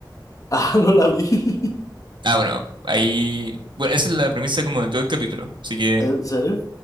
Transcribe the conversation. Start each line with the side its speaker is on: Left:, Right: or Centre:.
Left: Ah, no la vi. <laughs>
Right: Ah, bueno, ahí... Bueno, esa es la premisa como de todo el capítulo. Así que
Left: ¿En serio?